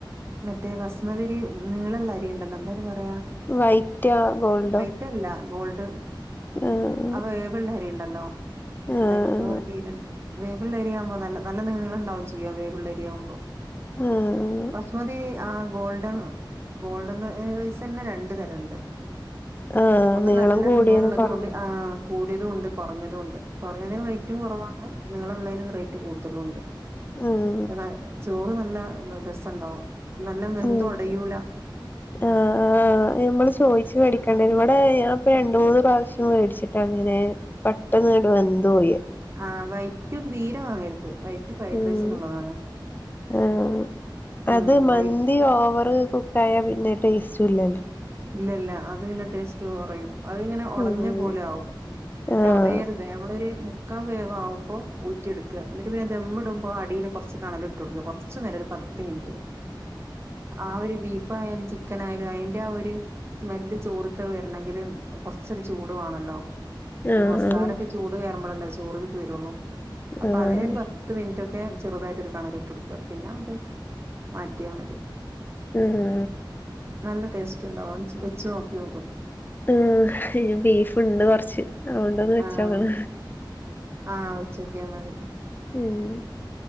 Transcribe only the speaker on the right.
മറ്റേ ബസ്മതിരി നീളള്ള അരി ഇണ്ടല്ലോ എന്തായിന് പറയാ
ഇല്ലില്ല ഗോൾഡ്
ആ വേവുള്ള അരിണ്ടല്ലോ
എന്തായാലും എന്തോര് പേര് ണ്ട് വേവ്ള്ള അരിയാവുമ്പോ നല്ല നല്ല നീളണ്ടാവും ചെയ്യും വേവുള്ള അരിയാവുമ്പോ
ബസ്മതി ആഹ് ഗോൾഡൻ ഗോൾഡൻ റൈ റൈസ് തന്നെ രണ്ട് തരണ്ട്
ഒന്ന്
നല്ല
നീളള്ളതും
ഒണ്ട് ആഹ് കൂടിയതും ഉണ്ട് കൊറഞ്ഞതും ഉണ്ട് കൊറഞ്ഞതിന് റേറ്റും കൊറവാണ് നിളള്ളതിന് റേറ്റ് കൂടുതലും ഉണ്ട് <unintelligible>
ചോറ് നല്ല രസണ്ടാവും നല്ല വെന്ത്
ഒടയൂല
ആഹ് വൈറ്റും തീരെ വാങ്ങരുത് വൈ വൈറ്റ് ഫ്രൈഡ്
റൈസിനുള്ളതാണ്
ഉം വൈ
ഇല്ല ഇല്ല അത് പിന്നെ ടേസ്റ്റ് കൊറയും അതിങ്ങനെ ഒടഞ്ഞ
പോലെ ആകും പക്ഷെ
ഒടയര് ത് അമ്മളൊരു മുക്കാ വേവാവുമ്പോ ഊറ്റിയെടുക്കുക എന്നിട്ട് പിന്നെ ദമ്മിടുമ്പോ അടിയി കൊറച്ചു കണല് ഇട്ട് കൊടുക്കുക കൊറച്ച് നേരം ഒരു പത്ത് മിനിറ്റ് ആഹ് ഒരു <unintelligible> ഫ് ആയാലും ചിക്കനായാലും അയിന്റെ ആ ഒരു സ്മെല്ല് ചോറക്കെ വെരണെങ്കില് കൊറച്ചൊരു ചൂട് വേണല്ലോ
ഈ മസാലൊക്കെ ചൂട് കയറുമ്പോഴല്ലേ ചോറില്ക്ക് വരുള്ളൂ അപ്പൊ
അതിനൊരു പ പത്ത് മിനിറ്റൊക്കെ ചെറുതായിട്ട് ഒരു കണല് ഇട്ട് കൊടുക്കുക പിന്നെ അത് മാറ്റിയാൽ മതി
നല്ല ടേസ്റ്റ് ഉണ്ടാവും വെച്ച് നോക്കി നോക്ക്
ആഹ് ആഹ് വച്ചോക്കിയാൽ മതി